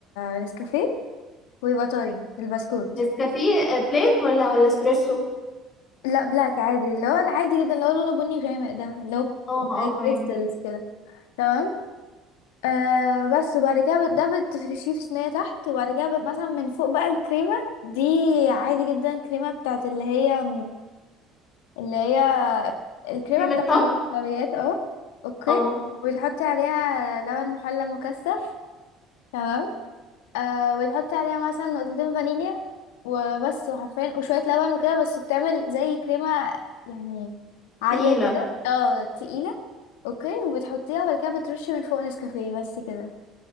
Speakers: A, on the left (about 85°); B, on the left (about 35°).
A: النسكافيه ويبقى طري البسكوت
B: نسكافيه آه، بلاك ولا ولا اسبريسو
A: لا بلاك عادي اللي هو العادي جدا اللي هو لونه بني غامق ده اللي هو
B: اه اه
A: زي كريستالز
B: تمام
A: كده تمام آه بس وبعد كده بت- ده بتفرشيه في صينية تحت وبعد كده بت- مثلا من فوق بقى الكريمة دي عادي جدا كريمة بتاعت اللي هي اللي هي الكريمة
B: كريمه
A: بتاعت
B: طبخ
A: الحلويات اه اوكي
B: اه
A: وتحطي عليها لبن محلى مكثف تمام آه وتحطي عليها مثلا نقطتين فانيليا وبس وحرفيا وشوية لبن وكده بس بتعمل زي كريمة يعني عالية
B: تقيله
A: كده اه تقيلة اوكي وبتحطيها وبعد كده بترشي من فوق نسكافيه بس كده